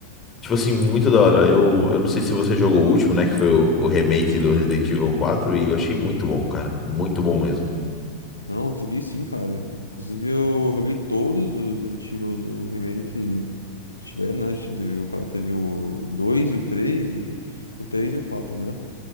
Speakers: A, on the left (about 20°); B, on the left (about 85°).
A: tipo assim, muito da hora. Eu, eu não sei se você jogou o último, né? Que foi o, o remake do Resident Evil 4, e eu achei muito bom, cara. Muito bom mesmo.
B: não, eu joguei sim, cara. Inclusive, eu joguei todos os Resident Evil, o remake que tiveram, né? Teve o, ca- teve o 2 e o 3, né? O 3 e o 4, né?